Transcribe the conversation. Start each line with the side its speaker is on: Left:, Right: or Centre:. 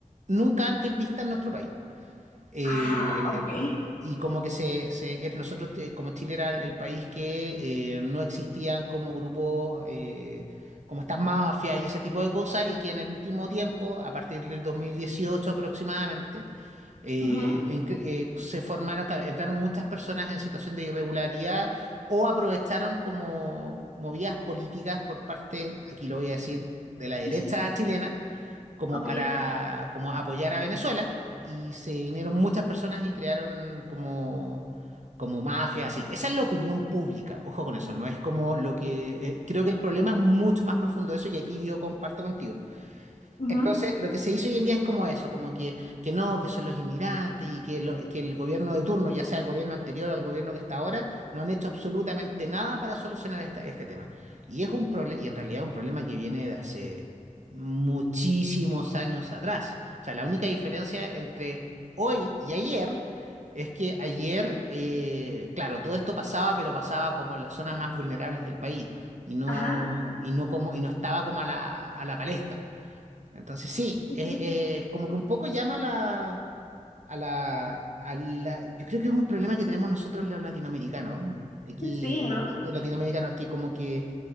Right: nunca antes vista en nuestro país. Eh,
Left: Ah, ok.
Right: y como que se, se- eh, nosotros, te- como Chile era el, el país que eh, no existían como grupos, eh, como estas mafias y ese tipo de cosas, y que en el último tiempo, a partir del 2018 aproximadamente, eh,
Left: ujú,
Right: en que- eh, se formaron, claro, entraron muchas personas en situación de irregularidad o aprovecharon como movidas políticas por parte, aquí lo voy a decir, de la derecha
Left: sí, sí,
Right: chilena como
Left: ok,
Right: para como apoyar a Venezuela y se vinieron muchas personas y crearon como como mafia, así. Esa es la opinión pública, ojo con eso, no es como lo que... eh, creo que el problema es mucho más profundo de eso y aquí yo comparto contigo.
Left: ujú,
Right: Entonces, lo que se hizo hoy en día es como eso, como que, que no, que son los inmigrantes y que, lo- que el gobierno de turno, ya sea el gobierno anterior o el gobierno que está ahora, no han hecho absolutamente nada para solucionar esta- este tema. Y es un problema, y en realidad es un problema que viene de hace muchísimos años atrás. O sea, la única diferencia entre hoy y ayer es que ayer, eh, claro, todo esto pasaba, pero pasaba como en las zonas más vulnerables del país y no,
Left: Ajá.
Right: y no como, y no estaba como a la, a la palestra. Entonces sí,
Left: Ujú.
Right: es, es como que un poco llama a la, a la, a la- Yo creo que es un problema que tenemos nosotros los latinoamericanos. Aquí,
Left: Sí, ¿no?
Right: eh, latinoamericanos, que como que,